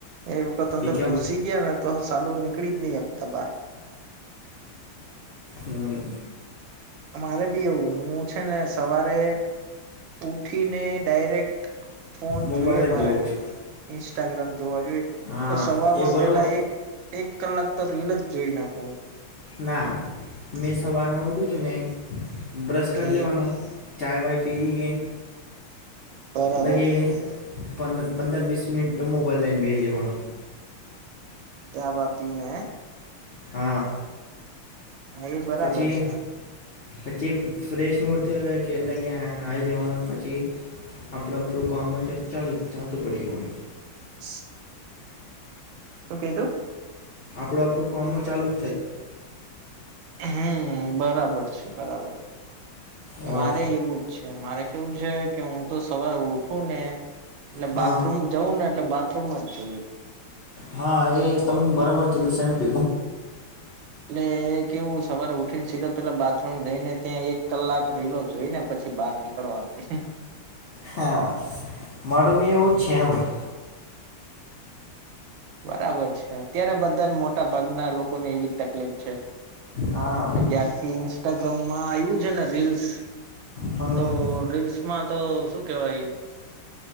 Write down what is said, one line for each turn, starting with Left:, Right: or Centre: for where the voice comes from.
Right: એક વખત અંદર
Left: એ કયો
Right: ઘુસી ગયા નેતો સાલું નીકળીજ નહીં હકતા બાર.
Left: હમ
Right: અમારે બી એવું હું છે ને સવારે ઉઠીને ડાયરેક્ટ ફોન
Left: મોબાઈલ
Right: જોઈએ
Left: જ
Right: મારે
Left: જોઉં છું
Right: ઇન્સ્ટાગ્રામ જોવા જોઈએ
Left: હા
Right: તો સવારમાં
Left: એ બરોબર
Right: પેલા એક એક કલાક તો રીલજ જોઈ નાખુ
Left: ના મેં સવારમાં ઉઠું છું, ને બ્રશ કરી
Right: હમ
Left: લેવાનો. ચાય બાય પીરીએ
Right: બરાબર
Left: લાગે. પર પંદર -વીસ મિનિટ મોબાઈલ લઈન બેસી જવાનો,
Right: ચાબા પીને
Left: હા
Right: એ બરાબર
Left: પછી
Right: છે.
Left: પછી ફ્રેશ મૂડ થઈ કે લગ્યા આઈ જવાનું પછી આપણા આપણું કામજ ચાલ ચાલ તો પડી હોવ.
Right: <unintelligible> <inaudible> શું કીધું?
Left: આપણું આપણું કામમાં ચાલું
Right: હે બરાબર છે, બરાબર
Left: એવો
Right: મારે એવું જ છે‌ મારે કેવું છે કે હું તો સવારે ઉઠુંને એટલે
Left: હા
Right: બાથરૂમ જવુંને એટલે બાથરૂમમાં જ જોયું
Left: હા એ તમે બરાબર કીધું સેમ <inaudible>
Right: એટલે કેવું સવારે ઉઠીને સીધા પેલા બાથરૂમ જઈને ત્યાં એક કલાક રીલો જોઈને પછી બહાર નીકળ નીકળવાનું
Left: હા, માડુંભી એવુંજ છે હો ભાઈ.
Right: બરાબર છે, અત્યારે બધાને મોટ મોટા ભાગના લોકોને એવી જ તકલીફ છે,
Left: હા
Right: અગિયારથી ઇસ્ટાગ્રામમાં આવ્યું છે, ને રીલ્સ
Left: હમ
Right: તો રીલ્સ માં તો શું કેવાય?